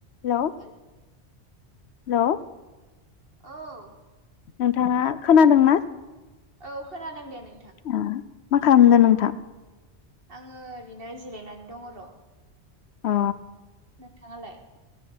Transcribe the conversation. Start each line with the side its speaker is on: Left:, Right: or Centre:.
Left: hello Hello
Right: hello औ
Left: नोंथाङा खोनादोंना?
Right: औ खोनादों दे नै
Left: ओ मा खालामनो नों थां
Right: आङो ओरैनो जिरायनानै दङ र'
Left: अ
Right: नोंथाङालाय?